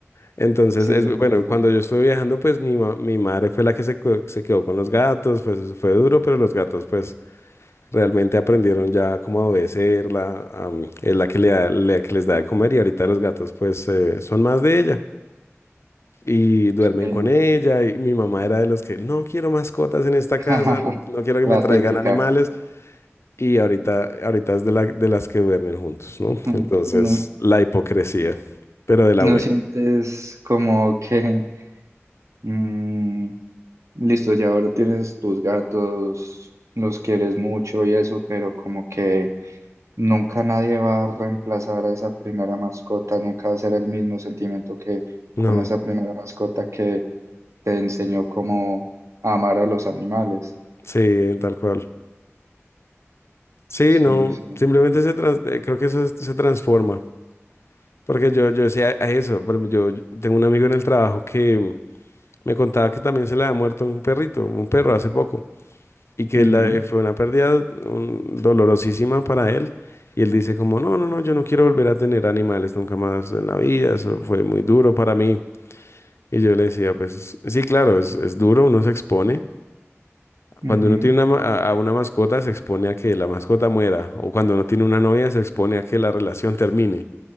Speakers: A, on the left; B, on the right.
A: Entonces,
B: sí,
A: es,
B: te entiendo,
A: bueno, cuando yo estuve viajando, pues mi, ma- mi madre fue la que se, cu- se quedó con los gatos, pues eso fue duro, pero los gatos, pues Realmente aprendieron ya cómo a obedecerla, am, es la que, le da- la que les da de comer y ahorita los gatos pues eh, son más de ella y duermen
B: sí,
A: con ella y mi mamá era de los que no quiero mascotas en esta
B: <laughs>
A: casa, no, no quiero que
B: la
A: me traigan
B: típica,
A: animales y ahorita, ahorita es de, la- de las que duermen juntos, ¿no?
B: ujú,
A: Entonces
B: y no,
A: la hipocresía, pero de la
B: no
A: buena.
B: sientes como que, mm, listo, ya ahora tienes tus gatos, los quieres mucho y eso, pero como que Nunca nadie va a reemplazar a esa primera mascota, nunca va a ser el mismo sentimiento que
A: No,
B: con esa primera mascota que te enseñó cómo amar a los animales.
A: sí, tal cual. Sí,
B: Sí,
A: no,
B: sí.
A: simplemente se trans- eh, creo que eso es- se transforma. Porque yo, yo decía a eso, por ejemplo, yo yo tengo un amigo en el trabajo que, Me contaba que también se le había muerto un perrito, un perro hace poco, y que
B: Ujú,
A: la- eh, fue una pérdida mm, dolorosísima para él. Y él dice como, no, no, no, yo no quiero volver a tener animales nunca más en la vida, eso fue muy duro para mí. Y yo le decía, pues sí, claro, es, es duro, uno se expone.
B: ujú,
A: Cuando uno tiene una, ma- a a una mascota, se expone a que la mascota muera. O cuando uno tiene una novia, se expone a que la relación termine.